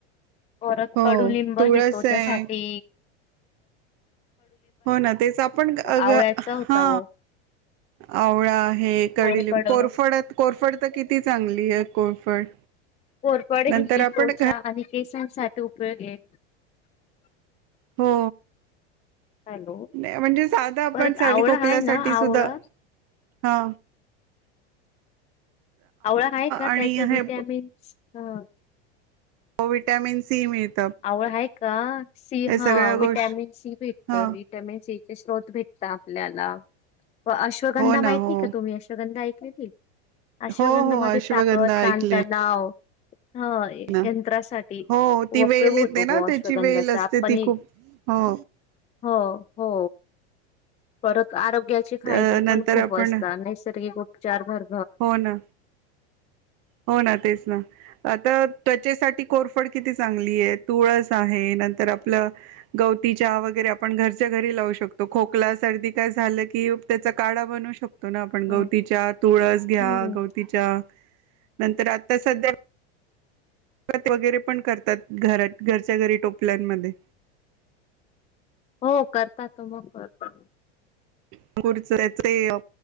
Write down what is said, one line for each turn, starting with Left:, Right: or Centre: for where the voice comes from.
Left: परत
Right: हो
Left: कडुलिंब
Right: तुळस
Left: घेतोच्यासाठी
Right: आहे हो ना तेच आपण हा
Left: आवळ्याचा होता ओ
Right: आवळा आहे कढली
Left: कोरफड
Right: कोरफडत कोरफड तर किती चांगली आहे कोरफड
Left: कोरपड
Right: नंतर
Left: ह
Right: आपण
Left: त्वचा
Right: घ
Left: आणि केसांसाठी उपयोग आहे
Right: हो
Left: हॅलो
Right: नाही म्हणजे साधा आपण
Left: परत
Right: साडी
Left: आवळा
Right: खोकल्यासाठी
Left: आहे ना
Right: सुद्धा
Left: आवळा
Right: हा
Left: आवळा आहे का
Right: आणि
Left: त्याच विटॅमिन
Right: हे
Left: ह
Right: हो वि्हटॅमिन सी मिळते
Left: आवड आहे का सी हा
Right: सगळ्या गोष्ट
Left: विटॅमिन सी भटत
Right: हा
Left: विटॅमिन सी स््रोत भेटत आपल्याला व अश्वगंधा
Right: हो ना
Left: माहिती
Right: हो
Left: का तुम्ही अश्वगंधा ऐकलेली अश्वगंधा
Right: हो हो
Left: मध्ये
Right: अश्वगंधा
Left: ताकद तनचा
Right: ऐकले
Left: डाव ह
Right: ना
Left: यंत्रासाठी
Right: हो ती
Left: व उपयोग
Right: वेल येते
Left: होतो
Right: ना
Left: ग अश्वगंधाचा
Right: त्याची वेल असते
Left: पनीर
Right: ती खूप हो
Left: हो हो परत आर चे
Right: अ
Left: फायदे पण
Right: नंतर
Left: खूप
Right: आपण
Left: असतात नैसर्गिक उपचार भर
Right: हो ना हो ना तेच ना तर त्वचेसाठी कोरफड किती चांगली आहे तुळस आहे नंतर आपलं गवती चहा वगैरे आपण घरच्या घरी लावू शकतो खोकला सर्दी काय झालं की त्याचा काढा बनू शकतो ना आपण
Left: हो.
Right: गवतीच्या तुळस घ्या
Left: हम्म
Right: गवतीच्या नंतर आता सध्या त वगैरे पण करतात घरात घरच्या घरी टोपल्यांमध्ये
Left: हो करता तो मग रत
Right: अर त्या